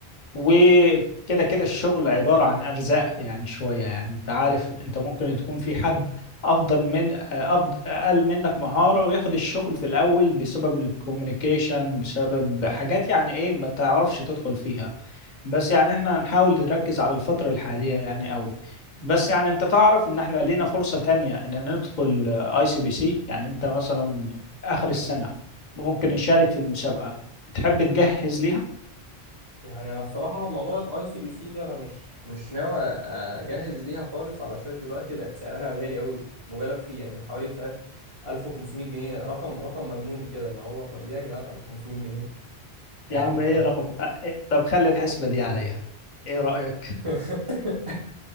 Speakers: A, on the left; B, on the right.
A: وكده كده الشغل عبارة عن أرزاق يعني شوية يعني أنت عارف أنت ممكن تكون في حد أفضل من أفضل أقل منك مهارة وياخد الشغل في الأول بسبب الكوميونيكيشن بسبب حاجات يعني إيه ما تعرفش تدخل فيها بس يعني إحنا هنحاول نركز على الفترة الحالية يعني قوي بس يعني أنت تعرف إن إحنا لينا فرصة تانية إن ندخل أي سي بي سي يعني أنت مثلا آخر السنة ممكن نشارك في المسابقة تحب تجهز ليها؟
B: يعني انا الصراحه موضوع الاي سي بي سي دي انا مش مش ناوي اجهز ليها خالص علشان دلوقتي بقت سعرها غالي قوي مبالغ فيه يعني حوالي مش عارف 1500 جنيه رقم رقم مجنون كده اللي هو طب ليه يا جدعان 1500 جنيه يعني
A: يا عم
B: كنت
A: ايه
B: انا
A: رقم آه، إيه؟ طب خلي الحسبة دي عليا ايه رأيك
B: <laughs>